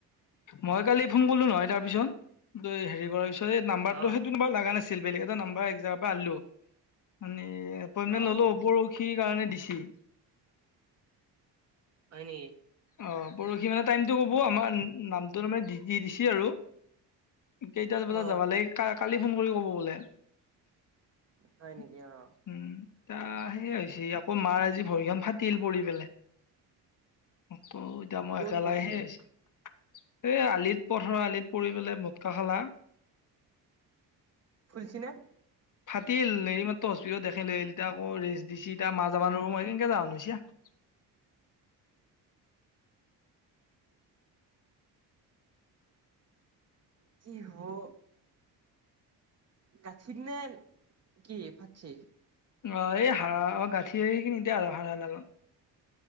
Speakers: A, on the left (about 45°); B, on the right (about 35°).
A: মই কালি ফোন কৰিলো নহয় তাৰ পিছত হেৰি কৰাৰ পিছত এই নাম্বাৰতটো
B: অ
A: সেইটো নম্বাৰ লগা নাছিল। বেলেগ এটা নাম্বাৰ এক জেগাপা আনিলো আনি এপ ইনমেন্ত
B: অ
A: ললো। পৰশীৰ কাৰণে দিছে।
B: হয় নেকি।
A: অ পৰহি মানে টাইমতটো কব আমাৰ নামটো তাৰানে দি দিছে আৰু কেইটা বজাত
B: অ
A: যাবা লাগ কালি ফোন কৰি ক'ব বোলে। উম তা,
B: হয় নেকি অ
A: আহ সেইয়ে হৈছে আকৌ মাৰ আজি ভৰিখন ফাটিল পৰি পেলাই। অ তৌ এতিয়া মই
B: ক'ত
A: একেলাহে
B: পৰছি
A: আছে। এই আলিত পথাৰ আলিত পৰি পেলাই মটকা খালা।
B: ফুলিচে নে।
A: <inaudible> ফাটিল হেৰি মাত্ৰ হস্পিটত দেখাই লৈ আহিলতি আকৌ ৰেষ্ট দিছিতি মা যাব নোৱাৰো মই সেই কাৰনে যাব <unintelligible>
B: কি হব। গাথিত নে কি ফাটছে,
A: অ এই হাড়া অ গাঁঠি এই খিনিতে এতিয়া আৰু হাড় ডালত।